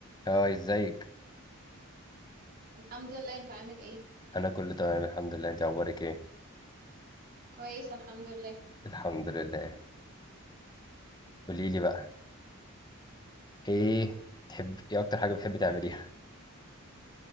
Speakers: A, on the left; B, on the right.
A: هاي ازيك
B: الحمد لله انت عامل ايه
A: انا كله تمام الحمد لله انت اخبارك ايه
B: كويس الحمد لله
A: الحمد لله قولي لي بقى ايه تحب ايه اكتر حاجه بتحبي تعمليها